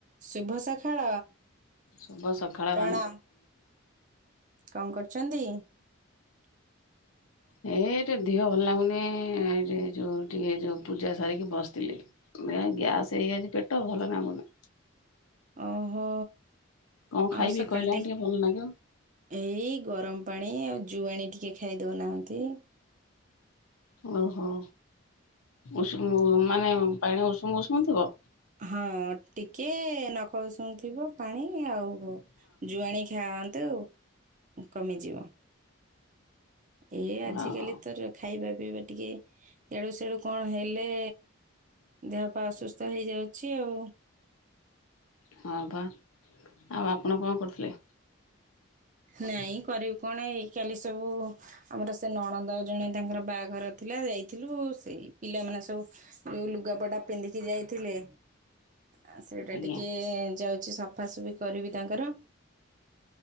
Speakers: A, on the right; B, on the left.
A: ଶୁଭ ସକାଳ
B: ଶୁଭ ସକାଳ।
A: ପ୍ରଣାମ କଣ କରୁଛନ୍ତି। <inaudible>
B: ଏ ଟିକେ ଦିହ ଭଲ ଲାଗୁନି ଏଇ ଯୋଉ ଟିକେ ଯୋଉ ପୂଜା ସାରିକି ବସିଥିଲି ଗ୍ୟାସ ହେଇଯାଇଛି ପେଟ ଭଲ ନାଗୁନି।
A: ଓହୋ।
B: କଣ ଖାଇବି
A: ଆଉ ସକାଳେ
B: କହିଲା ଟିକେ ଭଲ ଲାଗିବ।
A: ଏଇ ଗରମ ପାଣି ଆଉ ଜୁଆଣି ଟିକେ ଖାଇ ଦେଉନାହାଁନ୍ତି।
B: ଓହୋ ଉଷୁମ ମାନେ ପାଣି ଉଷୁମ ଉଷୁମ ଥିବ।
A: ହଁ ଟିକେ ନଖ ଖ ଉଷୁମ ଥିବ ପାଣି ଆଉ ଜୁଆଣି ଖାଆନ୍ତୁ। କମିଯିବ। ଏ ଆଜିକାଲି
B: ଓହୋ
A: ତ ଖାଇବା ପିଇବା ଟିକେ ଏଳୁ ସେଳୁ କଣ ହେଲେ। ଦେହ ପା ଅସୁସ୍ଥ ହେଇଯାଉଛି ଆଉ।
B: ହଁ ବା, ଆଉ ଆପଣ କଣ କରୁଥିଲେ।
A: ନାଇଁ କରିବୁ କଣ ଏଇ କାଲି ସବୁ ଆମର ସେ ନଣନ୍ଦ ଜଣେ ତାଙ୍କର ବାହାଘର। ଥିଲା ଯାଇଥିଲୁ ସେଇ ପିଲାମାନେ ସବୁ ଯୋଉ ଲୁଗାପଟା ପିନ୍ଧିକି ଯାଇଥିଲେ। ଆ ସେଇଟା
B: ଆଜ୍ଞା
A: ଟିକେ ଯାଉଛି ସଫାସଫି କରିବି ତାଙ୍କର।